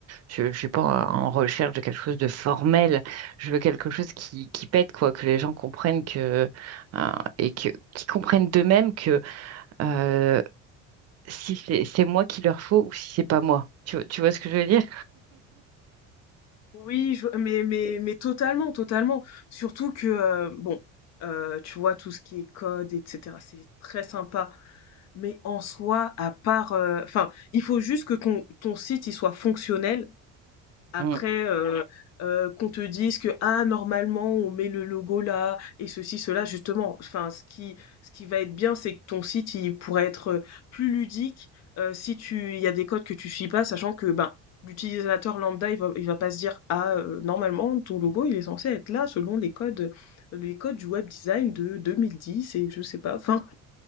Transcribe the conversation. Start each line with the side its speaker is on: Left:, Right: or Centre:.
Right: Je, je suis pas en recherche de quelque chose de formel. Je veux quelque chose qui, qui pète, quoi, que les gens comprennent que, euh, et que, qui comprennent d'eux-mêmes que, euh, si c'est c'est moi qu'il leur faut ou si c'est pas moi. Tu, vois- tu vois ce que je veux dire?
Left: Oui, je- mais, mais, mais totalement, totalement. Surtout que, euh, bon, euh, tu vois, tout ce qui est code, etc., c'est très sympa. Mais en soi, à part, euh, enfin, il faut juste que ton, ton site, il soit fonctionnel après,
Right: Mm.
Left: euh, euh, qu'on te dise que ah normalement on met le logo là et ceci cela justement. Enfin, ce qui ce qui va être bien, c'est que ton site il pourrait être euh, plus ludique euh, si tu il y a des codes que tu suis pas, sachant que ben l'utilisateur lambda il va il va pas se dire ah euh, normalement ton logo il est censé être là selon les codes les codes du web design de 2010 et je sais pas. Enfin,